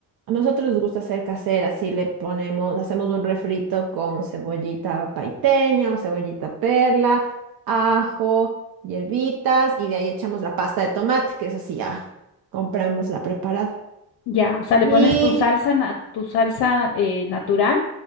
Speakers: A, on the right (about 65°); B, on the left (about 75°).
A: a nosotros nos gusta hacer casera, si le ponemos, hacemos un refrito con cebollita paiteña o cebollita perla, ajo, hierbitas y de ahí echamos la pasta de tomate, que eso sí ya compramos la preparada.
B: Ya, o sea, le
A: Y
B: pones tu salsa, na- tu salsa eh, natural